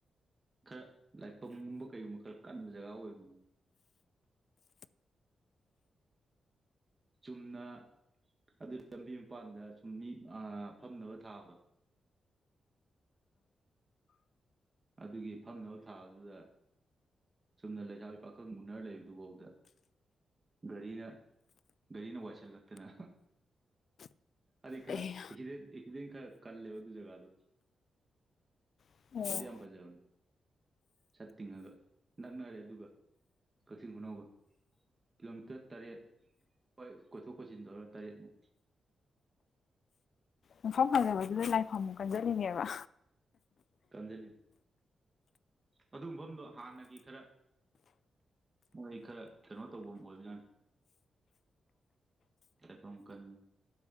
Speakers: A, on the right; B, on the left.
A: ꯈꯔ ꯂꯥꯏꯐꯝꯒꯨꯝꯕ ꯀꯩꯒꯨꯝꯕ ꯈꯔ ꯀꯟꯕ ꯖꯒꯥ ꯑꯣꯏꯕꯅꯤ꯫ ꯆꯨꯝꯅ꯫ ꯑꯗꯨꯗꯤ ꯂꯝꯕꯤ ꯃꯄꯥꯟꯗ ꯁꯨꯝ ꯃꯤ ꯐꯝꯅꯕ ꯊꯥꯕꯗꯣ꯫ ꯑꯗꯨꯒꯤ ꯐꯝꯅꯕ ꯊꯥꯕꯗꯨꯗ꯫ ꯆꯨꯝꯅ ꯂꯩꯁꯥ ꯄꯥꯈꯪ ꯎꯅꯔ ꯂꯩꯕꯗꯨꯐꯥꯎꯗ꯫ ꯒꯥꯔꯤꯅ ꯒꯥꯔꯤꯅ ꯋꯥꯏꯁꯤꯜꯂꯛꯇꯅ꯫ ꯑꯗꯤ ꯈꯔ
B: ꯑꯩ
A: ꯏꯁꯤꯗꯦꯟ ꯈ ꯀꯜ ꯂꯦꯑꯣ ꯑꯗꯨ ꯖꯒꯥ ꯑꯗꯨ꯫
B: ꯑꯣ
A: ꯄꯗꯤ ꯌꯥꯝ ꯐꯖꯥꯕꯅꯤ ꯆꯠ ꯇꯤꯉꯒ꯫ ꯅꯛꯅꯔꯦ ꯑꯗꯨꯒ ꯀꯛꯆꯤꯡ ꯈꯨꯅꯧꯒ꯫ ꯀꯤꯂꯣꯃꯤꯇꯔ ꯇꯔꯦꯠ ꯍꯣꯏ ꯀꯣꯏꯊꯣꯛ ꯀꯣꯏꯁꯤꯟ ꯇꯧꯔ ꯇꯔꯦꯠꯃꯨꯛ꯫ <inaudible>
B: ꯃꯐꯝ ꯐꯖꯕꯗꯨꯗ ꯂꯥꯏꯐꯝꯃꯨꯛ ꯀꯟꯖꯜꯂꯤꯅꯦꯕ꯫
A: ꯀꯟꯁꯤꯜꯂꯤ ꯑꯗꯨ ꯃꯐꯝꯗꯣ ꯍꯥꯟꯅꯒꯤ ꯈꯔ꯫ ꯃꯣꯏ ꯈꯔ ꯀꯩꯅꯣ ꯇꯐꯝ ꯑꯣꯏꯕꯖꯅꯤ꯫ ꯂꯥꯏꯐꯝ ꯀꯜ꯫